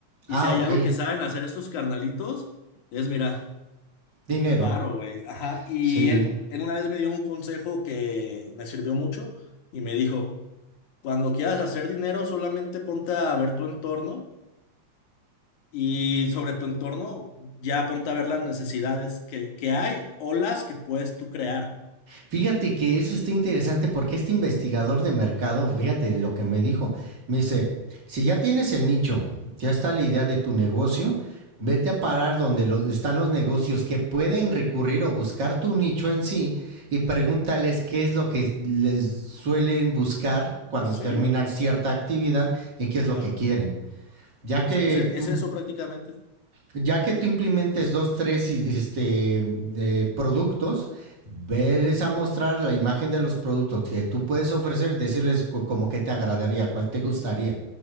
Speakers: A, on the right (about 40°); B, on the left (about 85°).
A: Ah,
B: Y si hay
A: ok.
B: algo que saben hacer estos carnalitos, es, mira.
A: Dinero.
B: Varo, güey. Ajá. Y
A: Sí.
B: él, él una vez me dio un consejo que me sirvió mucho y me dijo, cuando quieras hacer dinero, solamente ponte a ver tu entorno y sobre tu entorno ya ponte a ver las necesidades que, que hay o las que puedes tú crear.
A: Fíjate que eso está interesante porque este investigador de mercado, fíjate lo que me dijo, me dice,
B: Ujú.
A: si ya tienes el nicho, ya está la idea de tu negocio, vete a parar donde lo- están los negocios que pueden recurrir o buscar tu nicho en sí y pregúntales
B: Ujú.
A: qué es lo que les suelen buscar cuando
B: Sí,
A: terminan cierta actividad y qué es lo
B: claro.
A: que quieren. Ya
B: Esa-
A: que
B: ese-
A: tú
B: es eso prácticamente.
A: ya que tú implementes dos, tres y- este, eh, productos, veles a mostrar la imagen de los productos que tú puedes ofrecer, decirles co- como que te agradaría, cuál te gustaría.